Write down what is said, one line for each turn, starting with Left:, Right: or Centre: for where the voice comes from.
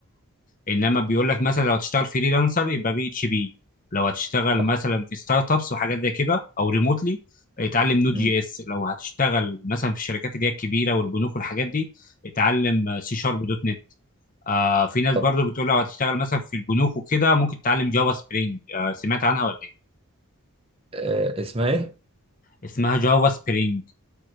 Left: انما بيقول لك مثلا لو هتشتغل فريلانسر يبقى بي اتش بي لو هتشتغل
Right: آه،
Left: مثلا في ستارت ابس وحاجات زي كده او ريموتلي اتعلم نوت
Right: مم.
Left: جي اس لو هتشتغل مثلا في الشركات اللي هي الكبيره والبنوك والحاجات دي اتعلم سي شارب دوت نت آه في ناس
Right: طب
Left: برضو بتقول لو هتشتغل مثلا في البنوك وكده ممكن تتعلم جافا سبرينج آه سمعت عنها ولا ايه؟
Right: آه، اسمها ايه
Left: اسمها جافا سبرينج